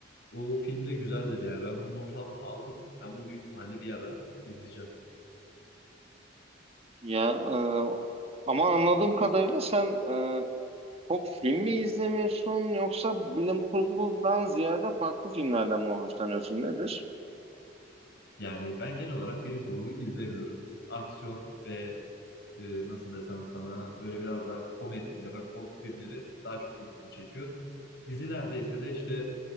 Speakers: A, on the left; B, on the right.
A: o filmde güzeldir yani ben bunu notamı aldım. Ben bunu büyük ihtimalle bir ara izleyeceğim.
B: Ya e, ama anladığım kadarıyla sen e, çok film mi izlemiyorsun yoksa bilim kurgudan ziyade farklı filmlerden mi hoşlanıyorsun nedir?
A: Yani ben genel olarak bilim kurgu izlemiyorum. Aksiyon ve e, nasıl desem sana böyle biraz daha komedi ya da korku filmleri daha çok ilgimi çekiyor. Dizilerde ise de işte